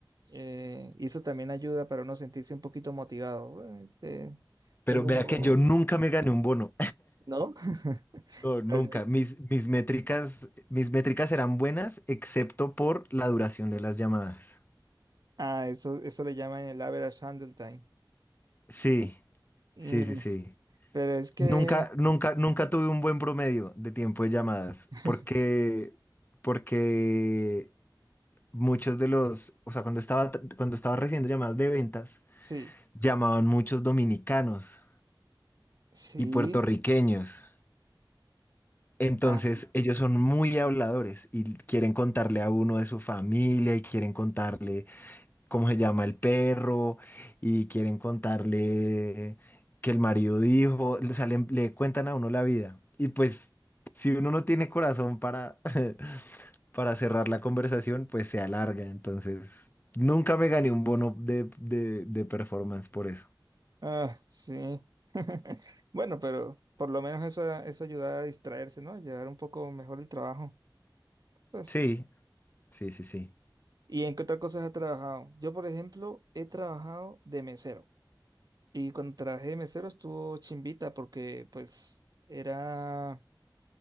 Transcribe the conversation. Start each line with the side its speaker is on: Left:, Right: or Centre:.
Right: eh, y eso también ayuda para uno sentirse un poquito motivado. Bueno, este,
Left: Pero
Right: tengo
Left: vea
Right: un bono,
Left: que yo nunca me gané un bono.
Right: ¿no? <laughs>
Left: No, nunca.
Right: Pero es que es-
Left: Mis, mis métricas, mis métricas eran buenas, excepto por la duración de las llamadas.
Right: ah, eso, eso le llaman el average handle time.
Left: Sí,
Right: Mm,
Left: sí, sí, sí.
Right: pero es que
Left: Nunca, nunca, nunca tuve un buen promedio de tiempo de llamadas,
Right: <laughs>
Left: porque, porque muchos de los, o sea, cuando estaba, t- cuando estaba recibiendo llamadas de ventas,
Right: sí,
Left: llamaban muchos dominicanos
Right: sí.
Left: y puertorriqueños. Entonces,
Right: Ajá.
Left: ellos son muy habladores y quieren contarle a uno de su familia y quieren contarle cómo se llama el perro y quieren contarle que el marido dijo, o sea, le, le cuentan a uno la vida. Y pues si uno no tiene corazón para, <laughs> para cerrar la conversación, pues se alarga. Entonces, nunca me gané un bono de, de, de performance por eso.
Right: Ah, sí. <laughs> Bueno, pero por lo menos eso, eso ayuda a distraerse, ¿no? A llevar un poco mejor el trabajo. Pues,
Left: Sí, sí, sí, sí.
Right: ¿y en qué otras cosas has trabajado? Yo, por ejemplo, he trabajado de mesero. Y cuando trabajé de mesero estuvo chimbita porque, pues, era...